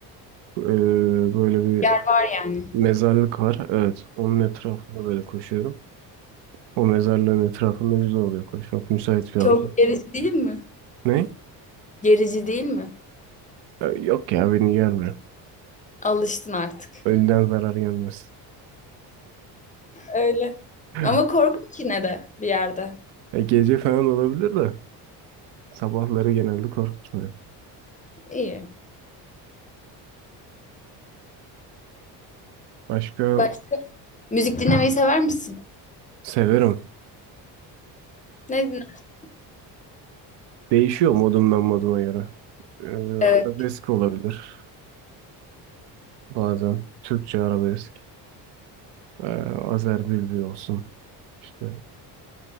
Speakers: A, on the right; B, on the left.
A: e, böyle bir
B: Yer var yani.
A: mezarlık var. Evet, onun etrafında böyle koşuyorum. O mezarlığın etrafında güzel oluyor koşmak. Müsait bir
B: Çok
A: ortam.
B: gerici değil mi?
A: Ne?
B: Gerici değil mi?
A: E, yok ya beni gelmiyor.
B: Alıştın artık.
A: Ölüden zarar gelmez.
B: Öyle.
A: <laughs>
B: Ama korkunç yine de bir yerde.
A: E, gece falan olabilir de sabahları genelde korkutmuyor.
B: İyi.
A: Başka
B: Başka? Müzik dinlemeyi sever misin?
A: severim.
B: Ne dinler?
A: Değişiyor modumdan moduma göre. Ee,
B: Evet.
A: arabesk olabilir bazen. Türkçe arabesk. Ee, Azer Bülbül olsun. İşte